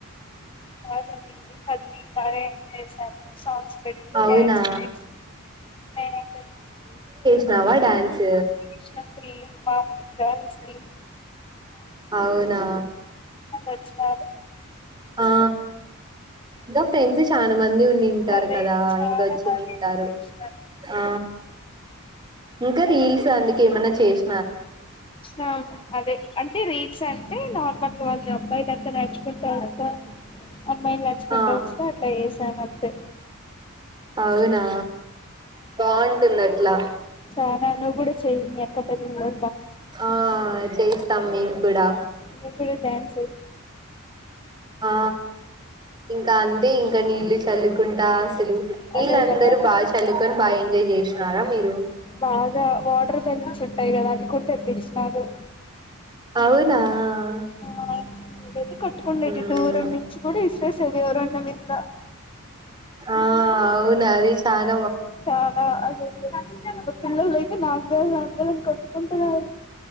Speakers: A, on the left; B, on the right.
A: బాగ జరిగింది హల్ది బాగా ఎంజాయ్ చేసాము సాంగ్స్ పెట్టి
B: అవునా
A: డ్యాన్స్ కూడా వేసాము నేను అయితే
B: వేసినవా డ్యాన్స్
A: ఇష్టం ఫుల్ మాములుగ కాదు అస్సలు
B: అవునా
A: వచ్చినారు
B: ఆ ఇంకా ఫ్రెండ్స్ చాలా మంది ఉన్నింటారు
A: అదే
B: కదా
A: చాలా
B: ఇంకొచ్చిన్నింటారు
A: బాగా ఎంజాయ్ చేసినారు
B: ఆ ఇంకా రీల్స్ అందుకె ఏమన్నా చేస్
A: ఊ అదే అంటే రి రిల్స్ అంటే నార్మల్గా ఈ అబ్బాయిలు ఎంత నేర్చుకుంటరక్క అమ్మాయిలు నేర్చుకుంటూ
B: ఆ
A: వస్తే అట్లా చేసామ తే
B: అవునా బాగుంటుంది అట్లా
A: మా నాన్న కూడా చేయ్ని అక్క పెళ్లి లో
B: ఆ చేస్తాం మేము కూడా
A: నువ్వు కూడా డ్యాన్స్
B: ఆ ఇంక అంతే ఇంక నీళ్ళు చల్లుకుంటా అసలు నీళ్లు
A: అదే
B: అందరూ
A: కదా
B: బాగా చల్లుకొని బాగా ఎంజాయ్ చేసన్నారా మీరు
A: బాగా వాటర్ బెలూన్స్ ఉంటాయి కదా అవి కూడా తెప్పిచ్చినారు.
B: అవునా ఆ
A: ఆ నిదే కొట్టుకుండేది
B: మ్మ్
A: ద దూరం నుంచి కూడా ఇస్రే సై ఎవరన్న మింద
B: ఆ అవును అది చాన
A: చాలా అది పిల్లలు అయితే నాకాల్ల నాకాల్ల అని కొట్టుకుంటూనే